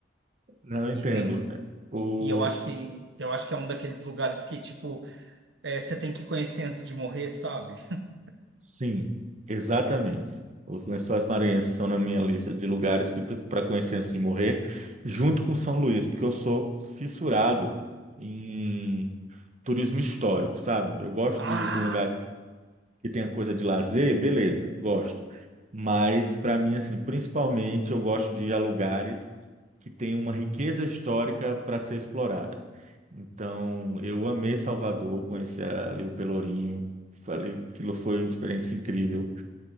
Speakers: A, on the right (about 40°); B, on the right (about 70°).
A: Não eu entendo.
B: E tem um.
A: É, O,
B: E, e eu acho que eu acho que é um daqueles lugares que, tipo, é, você tem que conhecer antes de morrer, sabe? <laughs>
A: Sim, exatamente. Os Lençóis Maranhenses são na minha lista de lugares que para conhecer antes de morrer, junto com São Luís, porque eu sou fissurado em turismo histórico, sabe? Eu gosto
B: Ah!
A: de ir para um lugar que tenha coisa de lazer, beleza, gosto. Mas para mim assim, principalmente eu gosto de ir a lugares que têm uma riqueza histórica para ser explorada. Então, eu amei Salvador, conheci ali o Pelourinho, falei que aquilo foi uma experiência incrível.